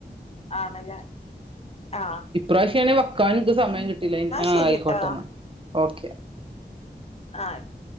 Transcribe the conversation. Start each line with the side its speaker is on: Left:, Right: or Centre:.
Left: ആ ണല്ലെ ആ
Right: <unintelligible> ഇക്കാൻ ഇത്‌സമയം കിട്ടില്ല
Left: ശരിട്ടാ
Right: ആആയിക്കോട്ടെന്ന ഓക്കെ
Left: ആയി കൊ